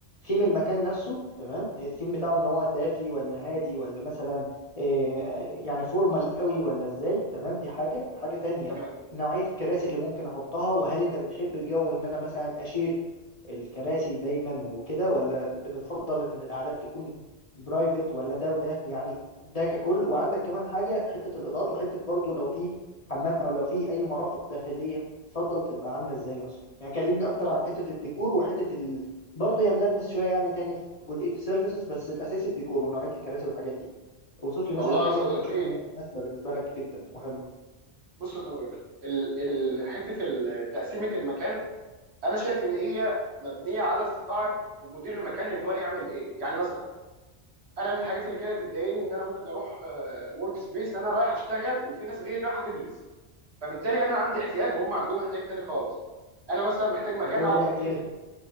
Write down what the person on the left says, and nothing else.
ثيم المكان نفسه تمام الثيم بتاعه ان هو دافي ولا هادي ولا مثلا آه، آه، يعني فورمال قوي ولا ازاي تمام دي حاجة حاجة تانية
نوعية الكراسي اللي ممكن احطها وهل انت بتحب جو ان انا مثلا اشير الكراسي دايما وكده ولا بتتفضل ان القعدات تكون برايفت ولا ده وده يعني ده ككل وعندك كمان حاجة حتة الاضاءات وحتة برضو لو في حمام او لو في اي مرافق داخلية تفضل تبقى عامله ازاي مثلا يعني كلمني اكتر
عن حته الديكور وحته ال... برضه يعني ملمس شويه يعني تاني في جزئيه السيرفيسز بس الاساسي الديكور ونوعيه الكراسي والحاجات دي اوصف لي
مثلا حاجه
انت بتشوف ان هي مناسبه بالنسبه لك جدا وحلو
طب ده بيضايقك
ليه